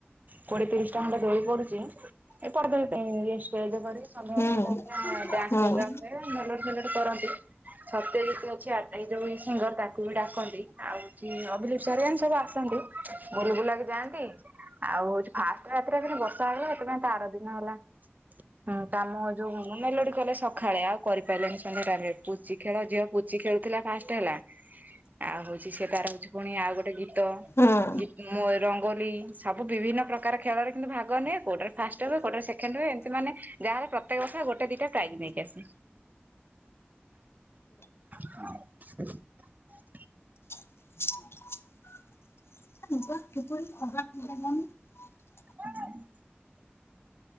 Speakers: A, on the right (about 40°); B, on the left (about 75°).
A: କୋଡିଏ ତିରିଶ ଟଙ୍କା ଖଣ୍ଡେ ବଳି ପଡୁଛି, ଏ ପର୍ବ ପାଇଁ ଷ୍ଟେଜ କରି ସନ୍ଧ୍ୟା
B: ହୁଁ
A: ତା <unintelligible> ଡ୍ୟାନ୍ସ
B: ହଁ
A: ପ୍ରୋଗ୍ରାମ ହୁଏ, ମେଲୋଡ଼ି ଫେଲୋଡ଼ି କରନ୍ତି। ସତ୍ୟଜିତ ଅଛି ଆ ଏ ଯୋଉ ସିଙ୍ଗର ତାକୁ ବି ଡାକନ୍ତି, ଆଉ ହଉଚି ଅଭିଲିପ୍ସା ହେରିକା ଏନ୍ତି ସବୁ ଆସନ୍ତି। ବୋଲିବୁଲା କି ଯାଆନ୍ତି, ଆଉ ହଉଛି ଫାଷ୍ଟ ରାତିରେ <unintelligible> ବର୍ଷା ହେଇଗଲା। ସେଥିପାଇଁ ତା ଆର ଦିନ ହେଲା। ହୁଁ କାମ ଯୋଉ ହଁ ମେଲୋଡି କଲେ ସକାଳେ, ଆଉ କରିପାରିଲେନି ସେନ୍ <unintelligible> ପୁଚି ଖେଳ ଝିଅ ପୁ ପୂଚି ଖେଳୁଥିଲା ଫାଷ୍ଟ୍ ହେଲା। ଆଉ ହଉଚି ସେ ତାର ହଉଚି ପୁଣି ଆଉ ଗୋଟେ ଗୀତ
B: ହଁ
A: ବି ରଙ୍ଗୋଲି ସବୁ ବିଭିନ୍ନ ପ୍ରକାର, ଖେଳରେ କିନ୍ତୁ ଭାଗ ନିଏ କୋଉଟା ଫାଷ୍ଟ ହୁଏ, କୋଉ ଦିନ ସେକେଣ୍ଡ ହୁଏ, ଏମତି ମାନେ ଗାଁର ପ୍ରତ୍ୟେକ ବର୍ଷ ଗୋ ଗୋଟେ, ଦିଟା ପ୍ରାଇଜ୍ ନେଇକି ଆସେ। ହ <unintelligible>
B: <unintelligible>
A: ହଁ <unintelligible>